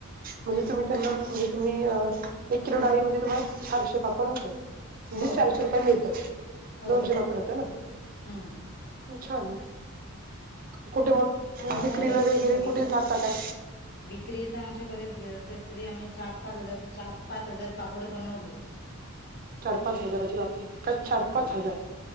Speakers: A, on the right; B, on the left.
A: म्हणजे तुम्ही त्यांना म्हणजे तुम्ही एक किलो डाळी मध्ये तुम्हाला चारशे पापड होतात. म्हणजे
B: हो
A: चारशे रुपये मिळतात
B: हो
A: दोनशे पापडाचे ना
B: हम्म
A: छान आहे. कुठे मग
B: कोणाला
A: विक्रीला
B: घ्यायचे
A: वगैरे
B: आहेत का विकत
A: कुठे जाता काय?
B: विक्री तर आमच्या बरेच घेते तरी आम्ही चार पाच हजार चार पाच हजार पापड बनवले.
A: चार पाच हजाराची बापरे! का चार
B: हम्म
A: पाच हजार?